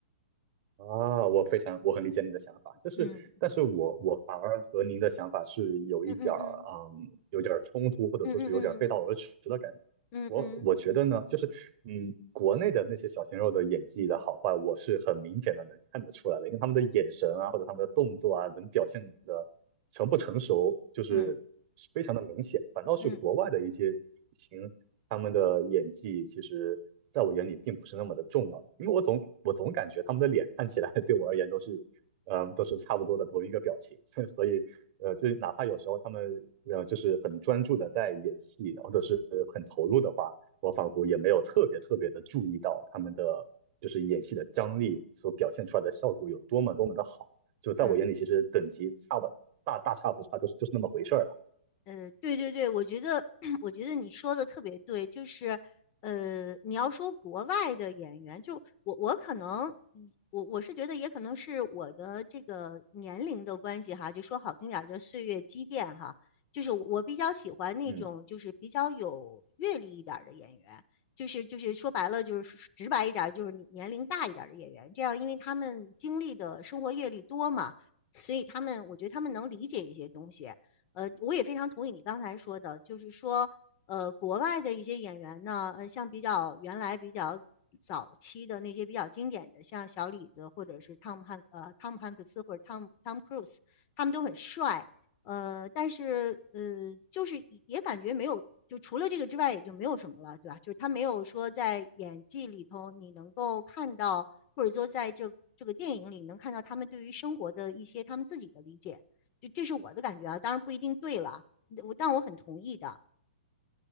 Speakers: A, on the right; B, on the left.
A: 啊，我非常，我很理解你的想法，就是，
B: <laughs> 嗯
A: 但是我我反而和您的想法是有一点儿，
B: 嗯嗯嗯
A: 嗯，有点儿冲突，或者说是有点儿背道而驰的感觉。
B: 嗯嗯嗯嗯嗯
A: 我我觉得呢，就是嗯，国内的那些小鲜肉的演技的好坏，我是很明显的能看得出来的，因为他们的眼神啊，或者他们的动作啊，能表现的成不成熟，
B: 嗯嗯嗯嗯。
A: 就是是非常的明显。反倒是国外的一些明星，
B: 嗯嗯
A: 他们的演技其实在我眼里并不是那么的重要的，因为我总我总感觉他们的脸看起来 <laughs> 对我而言都是，嗯、都是差不多的同一个表情，<laughs> 所以呃，就是哪怕有时候他们呃就是很专注的在演戏，或者是很投入的话，我仿佛也没有特别特别的注意到他们的就是演戏的张力所表现出来的效果有多么多么的好。就在我眼里，
B: 嗯
A: 其实等级差不大大差不差，就是就是那么回事儿了。
B: 呃，对对对，我觉得 <clears throat> 我觉得你说的特别对，就是呃，你要说国外的演员，就我我可能，嗯我我是觉得也可能是我的这个年龄的关系哈，就说好听点儿叫岁月积淀哈，就是我比较喜欢那种就是比较有阅历一点儿的演员，
A: 嗯。
B: 就是就是说白了就是直白一点儿，就是年龄大一点儿的演员，这样因为他们经历的生活阅历多嘛，所以他们我觉得他们能理解一些东西。呃，我也非常同意你刚才说的，就是说，呃，国外的一些演员呢，呃，像比较原来比较早期的那些比较经典的，像小李子或者是汤姆汉呃汤姆汉克斯或者汤姆汤姆克鲁斯，他们都很帅，呃，但是呃，就是也感觉没有，就除了这个之外也就没有什么了，对吧？就是他没有说在演技里头你能够看到，或者说在这这个电影里能看到他们对于生活的一些他们自己的理解。这这是我的感觉啊，当然不一定对了，我但我很同意的。